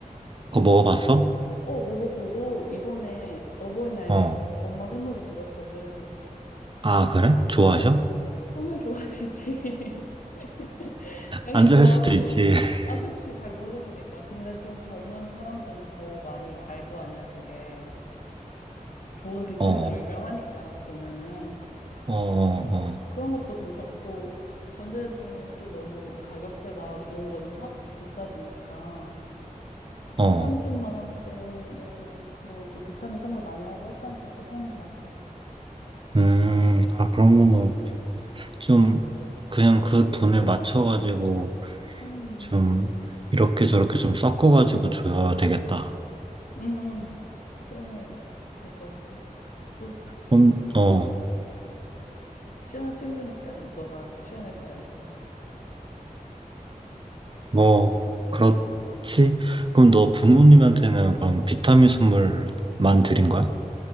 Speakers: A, on the right (about 35°); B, on the left (about 65°).
A: 그거 먹어봤어?
B: 어, 먹어보고 이번에 어버이날에
A: 어.
B: 엄마 선물로 드렸거든.
A: 아, 그래? 좋아하셔?
B: 어, 당연히 좋아하시지. <laughs> 당연히
A: 안 좋아할
B: 좋아하시고.
A: 수도 있지. <laughs>
B: 아, 그치. 잘 모르시니까. 근데 좀 젊은 사람들은 더 많이 알 거 아니야, 그게. 좋은 비타민으로
A: 어, 어,
B: 유명하니까, 보면은.
A: 어,
B: 그런 것도 괜찮고, 전자제품은 또 너무 가격대가 좋은 거는 확 비싸지니까.
A: 어, 어.
B: 2, 30만 원대면은 너도 비타민 선물 많이 하고 했다니까 괜찮은 것 같아.
A: 음, 아, 그러면은 좀 그냥 그 돈에 맞춰가지고
B: 음,
A: 좀 이렇게 저렇게 좀 섞어가지고 줘야 되겠다.
B: 응, 응. 그러면 될 것 같아. 너
A: 그럼, 어,
B: 친한 친구니까 너가 취향을 잘 알잖아.
A: 뭐, 그렇지? 그럼 너 부모님한테는 그럼 비타민 선물만 드린 거야?